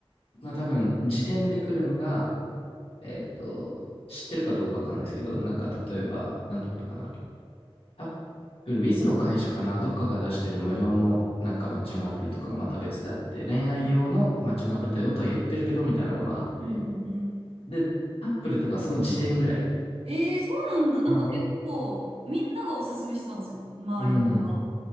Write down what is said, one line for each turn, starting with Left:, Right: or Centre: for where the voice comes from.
Left: まあ多分時点で来るのが、えーっと、知ってるかどうかわかんないですけど、なんか例えば、なんだったかな。アップル、ウィズの会社かな、どっかが出してる無料のなんかマッチングアプリとかがまた別であって、
Right: えー、
Left: 恋愛用のマッチングアプリだよとは言ってるけど、
Right: うん
Left: みたいなのがまああって。
Right: うんうんうん。
Left: で、アップルとかその時点ぐらい。
Right: えーそうなんだ。なんか結構、
Left: あの、
Right: みんながおすすめしてたんですよ。周りの子が。
Left: うん。